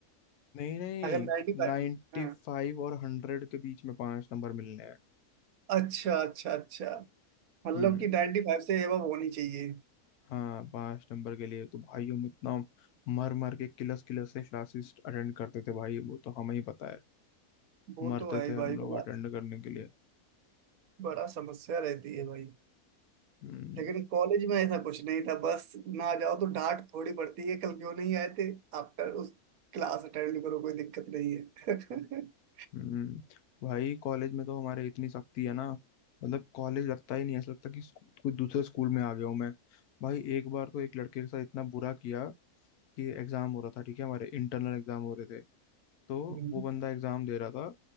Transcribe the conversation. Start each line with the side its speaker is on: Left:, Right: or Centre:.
Left: नहीं नहीं
Right: अगर 95
Left: नाइन्टी
Right: हाँ
Left: फाइव और हंड्रेड के बीच में पांच नंबर मिलने हैं
Right: अच्छा अच्छा अच्छा मतलब
Left: हम्म
Right: कि 95 से एबव होनी चाहिए
Left: हाँ पांच नंबर के लिए तो भाई हम इतना मर मर के किलस किलस से क्लासेस अटेंड करते थे भाई वो तो हमें ही पता है
Right: वो
Left: मरते
Right: तो है ही
Left: थे हम
Right: भाई
Left: लोग
Right: बड़ा
Left: अटेंड करने के लिए
Right: बड़ा समस्या रहती है भाई
Left: हम्म
Right: लेकिन कॉलेज में ऐसा कुछ नहीं था बस ना जाओ तो डांट थोड़ी पड़ती है कल क्यों नहीं आए थे आफ्टर उस क्लास अटेंड करो कोई दिक्कत नहीं है <laughs>
Left: हम्म भाई कॉलेज में तो हमारे इतनी सख्ती है ना मतलब कॉलेज लगता ही नहीं ऐसा लगता कि स्कू- कोई दूसरे स्कूल में आ गया हूँ मैं भाई एक बार तो एक लड़के के साथ इतना बुरा किया कि एग्जाम हो रहा था ठीक है हमारे इंटरनल एग्जाम हो रहे थे तो
Right: हम्म,
Left: वो बंदा एग्जाम दे रहा था